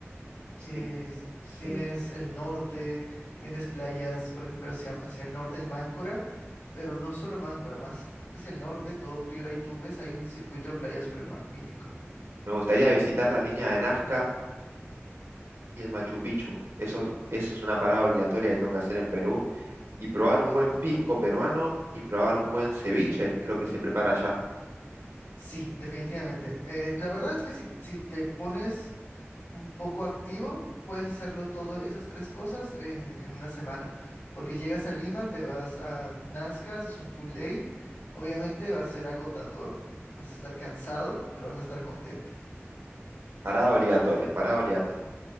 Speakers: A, on the right; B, on the left.
A: sí,
B: eh,
A: sí.
B: tienes el norte, tienes playas, por ejemplo, hacia, hacia el norte en Máncora, pero no solo Máncora, más hacia el norte, todo Piura y Tumbes, hay un circuito de playas, pero magnífico.
A: Me gustaría visitar la línea de Nazca, y el Machu Picchu. Eso, eso es una parada obligatoria que tengo que hacer en Perú. Y probar un buen pisco peruano y probar un buen ceviche, creo que se prepara allá.
B: Sí, definitivamente. Eh, la verdad es que si, si te pones un poco activo, puedes hacerlo todo esas tres cosas en, en una semana, porque llegas a Lima, te vas a Nazca, haces un full day, obviamente va a ser agotador, vas a estar cansado, pero vas a estar contento.
A: Parada obligatoria, parada obligatoria.